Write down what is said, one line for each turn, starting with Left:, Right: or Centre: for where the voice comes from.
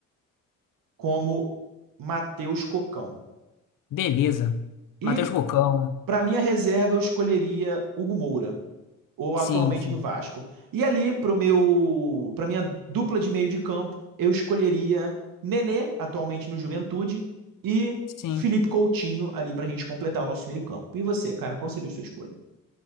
Right: como Matheus Cocão.
Left: Beleza.
Right: E
Left: Matheus Cocão.
Right: pra minha reserva, eu escolheria Hugo Moura, ou
Left: Sim,
Right: atualmente
Left: sim.
Right: no Vasco. E ali, pro meu, para minha dupla de meio de campo, eu escolheria Nenê, atualmente no Juventude, e
Left: Sim.
Right: Felipe Coutinho, ali pra gente completar o nosso meio campo. E você, cara, qual seria a sua escolha?